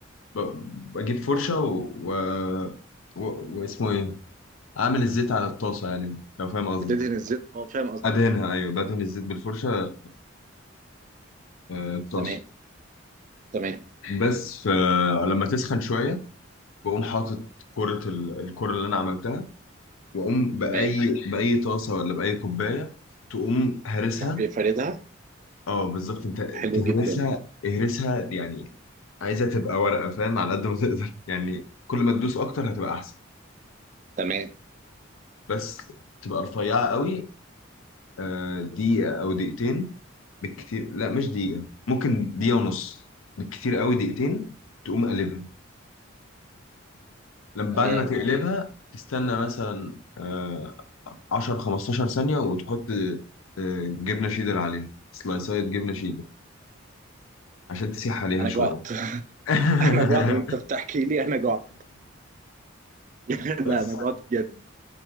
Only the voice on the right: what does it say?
بتدهن الزيت اه فاهم قصدك
تمام تمام
تمام
تروح جاي فاردها
حلو
جدا
تمام
تمام
انا
جوعت <laughs>
انا جوعت وانت بتحكي لي انا جوعت <laughs>
لا انا جوعت بجد